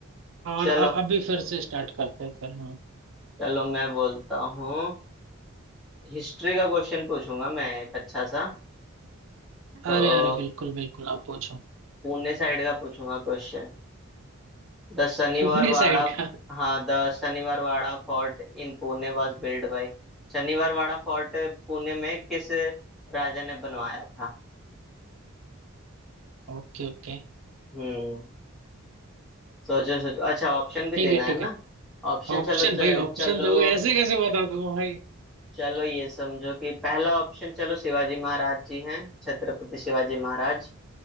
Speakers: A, on the right; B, in the centre.
A: और
B: चलो
A: अ- अभी फिर से स्टार्ट करते हैं फिर हाँ
B: चलो मैं बोलता हूँ हिस्ट्री का क्वेश्चन पूछूंगा मैं एक अच्छा सा तो
A: अरे अरे बिल्कुल बिल्कुल आप पूछो
B: पुणे साइड का पूछूंगा क्वेश्चन The Sanivarwada,
A: पुणे साइड का
B: हाँ, the Sanivarwada Fort in Pune was built by Sanivarwada Fort Pune में किस राजा ने बनवाया था?
A: Okay okay
B: हम्म सोचो सोचो अच्छा ऑप्शन भी
A: ठीक
B: देना
A: है ठीक
B: है ना
A: है
B: ऑप्शन
A: ऑप्शन
B: चलो
A: भाई
B: च,
A: ऑप्शन
B: चलो
A: दोगे ऐसे कैसे बता दूंगा भाई
B: चलो ये समझो कि पहला ऑप्शन चलो शिवाजी महाराज जी हैं छत्रपति शिवाजी महाराज